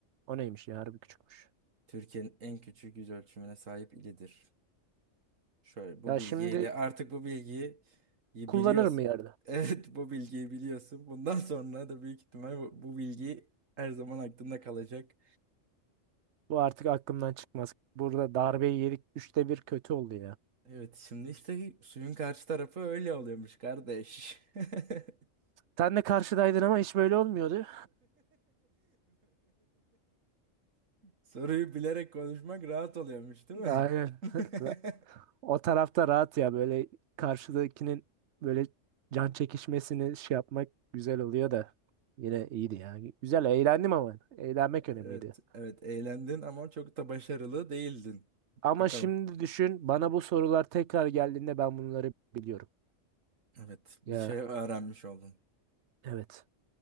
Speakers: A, on the right (about 65°); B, on the right (about 85°).
A: O neymiş ya harbi küçükmüş.
B: Türkiye'nin en küçük yüz ölçümüne sahip ilidir. Şöyle bu
A: Ya
B: bilgiyi
A: şimdi
B: de artık bu bilgiyi biliyorsun.
A: kullanırım mı yerde.
B: <laughs> Evet bu bilgiyi biliyorsun. Bundan sonra da büyük ihtimal bu, bu bilgi her zaman aklında kalacak.
A: Bu artık aklımdan çıkmaz. Burada darbeyi yedik. Üçte bir kötü oldu ya.
B: Evet şimdi işte suyun karşı tarafı öyle oluyormuş kardeş. <laughs>
A: Sen de karşıdaydın ama hiç böyle olmuyordu.
B: Soruyu bilerek konuşmak rahat oluyormuş değil
A: <laughs>
B: mi?
A: Aynen.
B: <laughs>
A: <laughs> O tarafta rahat ya böyle karşıdakinin böyle can çekişmesini şey yapmak güzel oluyor da yine iyiydi ya. Güzel eğlendim ama eğlenmek
B: Evet,
A: önemliydi.
B: evet eğlendin ama çok da başarılı değildin.
A: Ama
B: Bakalım.
A: şimdi düşün bana bu sorular tekrar geldiğinde ben bunları biliyorum.
B: Evet, bir
A: Ya
B: şey öğrenmiş oldun.
A: evet.